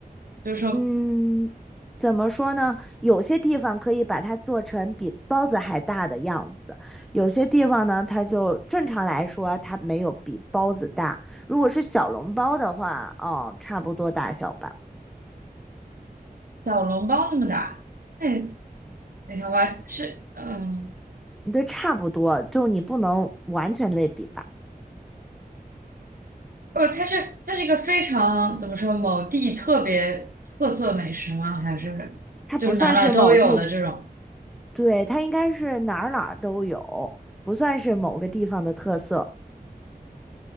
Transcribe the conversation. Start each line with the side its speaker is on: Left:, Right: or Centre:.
Right: 就是说
Centre: 嗯，怎么说呢？有些地方可以把它做成比包子还大的样子，有些地方呢，它就正常来说它没有比包子大。如果是小笼包的话，嗯，差不多大小吧。
Right: 小笼包那么大。哎，那条华是，嗯，
Centre: 对，差不多，就你不能完全类比吧。
Right: 哦，它是它是一个非常怎么说某地特别特色美食吗？还是就是哪哪都有的这种？
Centre: 它不算是某地，对，它应该是哪儿哪儿都有，不算是某个地方的特色。